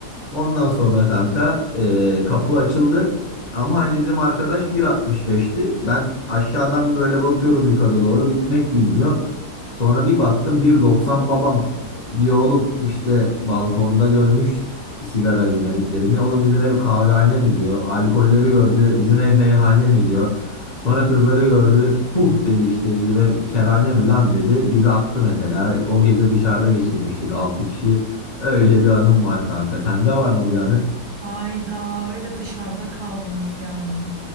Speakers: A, on the left; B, on the right.
A: Ondan sonra kanka e, kapı açıldı. Ama hani bizim arkadaş 1.65'ti. Ben aşağıdan böyle bakıyorum yukarı doğru bitmek bilmiyor. Sonra bir baktım 1.90 babam. Diyor oğlum işte balkonda görmüş sigara izmaritlerini. Oğlum bizim ev kahvehane mi diyor. Alkolleri gördü bizim ev meyhane mi diyor. Sonra kızları gördü. Puh dedi işte bizim ev kerhane mi lan dedi. Bizi attı mesela. O gece dışarıda geçirmiştik 6 kişi. Öyle bir anım var kanka. Sende var mı bir anı?
B: Ayda öyle dışarıda kaldınız yani.